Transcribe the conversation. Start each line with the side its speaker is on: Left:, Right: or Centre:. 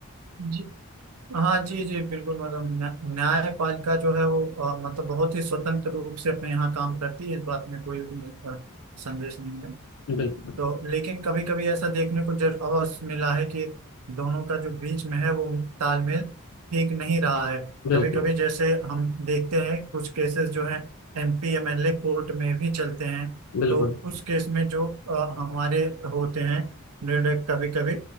Right: जी हाँ जी जी बिल्कुल मतलब न्या- न्यायपालिका जो है वो अ, मतलब बहुत ही स्वतंत्र रूप से अपने यहाँ काम करती है इस बात में कोई अ, संदेश नहीं है
Left: बिल्कुल
Right: तो लेकिन कभी कभी ऐसा देखने को जर अवसर मिला है कि दोनों का जो बीच में है वो तालमेल ठीक नहीं रहा है
Left: बिल्कुल
Right: कभी कभी जैसे हम देखते हैं कुछ केसेस जो हैं एमपी एमएलए कोर्ट में भी चलते हैं
Left: बिल्कुल
Right: तो उस केस में जो अ, हमारे होते हैं निर्णय कभी कभी